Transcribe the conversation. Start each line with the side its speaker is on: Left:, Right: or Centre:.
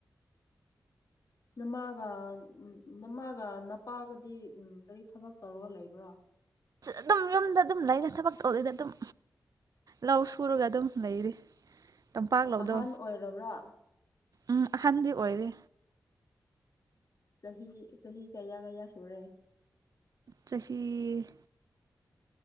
Left: ꯅꯃꯒ ꯎꯝ ꯅꯃꯥꯒ ꯅꯄꯥꯒꯗꯤ ꯎꯝ ꯀꯔꯤ ꯊꯕꯛ ꯇꯧꯔꯒ ꯂꯩꯕ꯭ꯔ
Right: ꯑꯗꯨꯝ ꯌꯨꯝꯗ ꯑꯗꯨꯝ ꯂꯩꯔ ꯊꯕꯛꯇꯣꯔꯤꯗ ꯑꯗꯨꯝ ꯂꯥꯎ ꯁꯨꯔꯒ ꯑꯗꯨꯝ ꯂꯩꯔꯤ ꯇꯝꯄꯥꯛ ꯂꯧꯗꯣ
Left: ꯑꯍꯜ ꯑꯣꯏꯔꯕ꯭ꯔꯥ
Right: ꯎꯝ ꯑꯍꯟꯗꯤ ꯑꯣꯏꯔꯦ
Left: ꯆꯍꯤ ꯆꯍꯤ ꯀꯌꯥ ꯀꯌꯥ ꯁꯨꯔꯦ
Right: ꯆꯍꯤ